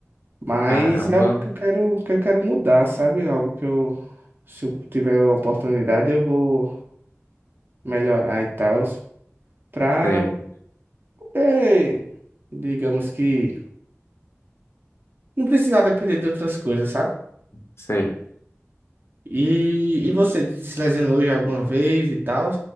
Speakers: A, on the right (about 45°); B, on the left (about 60°).
A: Mas
B: Caramba.
A: é algo que eu quero, que eu quero mudar, sabe? Algo que eu, se eu tiver a oportunidade, eu vou melhorar e tal, pra
B: Sei,
A: poder, digamos que, não precisar depender de outras coisas, sabe?
B: sei.
A: E, e você se lesionou já alguma vez e tal?